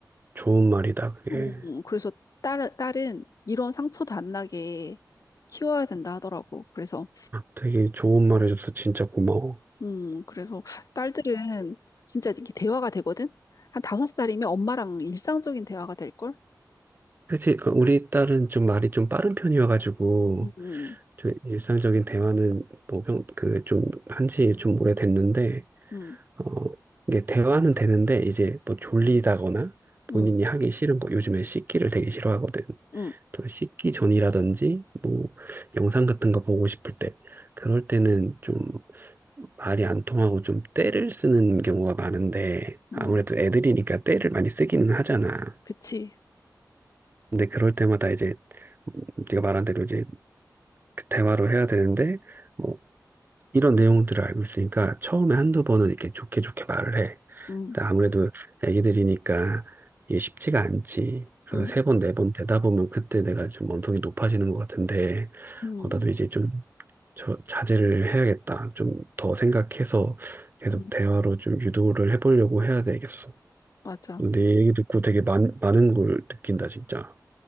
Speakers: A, on the right; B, on the left.
A: 좋은 말이다, 그게.
B: 음, 그래서 딸, 딸은 이런 상처도 안 나게 키워야 된다 하더라고. 그래서
A: 되게 좋은 말 해줘서 진짜 고마워.
B: 음, 그래서 딸들은 진짜 이렇게 대화가 되거든. 한 다섯 살이면 엄마랑 일상적인 대화가 될 걸?
A: 그치, 어, 우리 딸은 좀 말이 좀 빠른 편이어가지고,
B: 음,
A: 좀 일상적인 대화는 뭐, 평, 그, 좀, 한지 좀 오래됐는데,
B: 음,
A: 어, 이게 대화는 되는데 이제 뭐 졸리다거나 본인이
B: 음,
A: 하기 싫은 거 요즘에 씻기를 되게 싫어하거든.
B: 음,
A: 또 씻기 전이라든지 뭐 영상 같은 거 보고 싶을 때 그럴 때는 좀 말이 안 통하고 좀 떼를 쓰는 경우가 많은데
B: 음,
A: 아무래도 애들이니까 떼를 많이 쓰기는 하잖아.
B: 그치.
A: 근데 그럴 때마다 이제 음, 네가 말한 대로 이제 그 대화로 해야 되는데 뭐 이런 내용들을 알고 있으니까 처음에 한두 번은 이렇게 좋게 좋게 말을 해.
B: 음,
A: 근데 아무래도 애기들이니까 이게 쉽지가 않지. 그래서
B: 음,
A: 세 번, 네 번 되다 보면 그때 내가 좀 언성이 높아지는 것 같은데,
B: 음,
A: 어, 나도 이제 좀 저, 자제를 해야겠다. 좀 더 생각해서 계속
B: 음,
A: 대화로 좀 유도를 해보려고 해야 되겠어.
B: 맞아.
A: 내 얘기 듣고 되게 많, 많은 걸 느낀다, 진짜.